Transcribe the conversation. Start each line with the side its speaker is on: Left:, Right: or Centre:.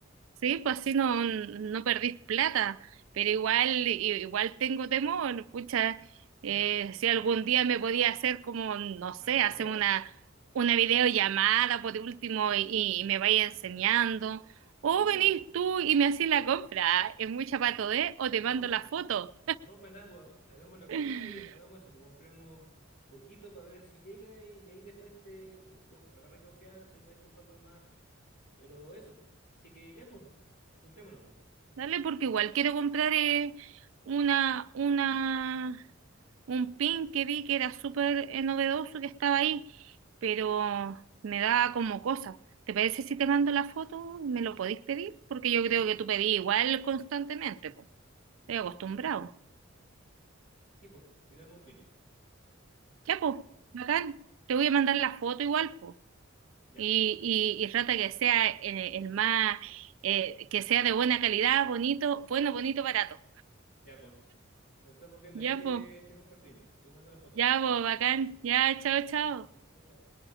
Right: Sí, pues así no, no perdís plata, pero igual, i- igual tengo temor, pucha,
Left: Mira,
Right: eh, si algún día me podía hacer como, no sé,
Left: la paleteada.
Right: hacer una, una videollamada por último y, y me vaya enseñando, o
Left: Sí, pues,
Right: venís tú y me haces la compra, es mucha pato, de, O te
Left: no,
Right: mando la foto.
Left: no para nada, pues, hagamos la compra
Right: <laughs>
Left: y hagamos eso, pues compremos poquito para ver si llega y, y ahí después te co- agarré confianza y vais comprando más. Pero eso, pues. Así que ya, pues, juntémonos, pues.
Right: Dale, porque igual quiero comprar eh, una, una, un pin que vi que era súper eh, novedoso que estaba ahí, pero me da como cosa. ¿Te parece si te mando la foto? ¿Me lo podéis pedir? Porque yo
Left: Ya,
Right: creo
Left: pues.
Right: que tú pedís igual constantemente, pues. Estoy acostumbrado.
Left: Sí, pues, pidamos un pin.
Right: Ya, pues, bacán. Te voy a mandar la foto igual, pues.
Left: Ya,
Right: Y, y, y trata que sea el, el más, eh, que sea de buena calidad, bonito, bueno, bonito, barato.
Left: ya, pues. Nos estamos viendo.
Right: Ya,
Left: Ahí te,
Right: pues.
Left: te compro el pin. Te mando la foto
Right: Ya,
Left: también.
Right: pues, bacán. Ya, chao, chao.
Left: Chao, chao.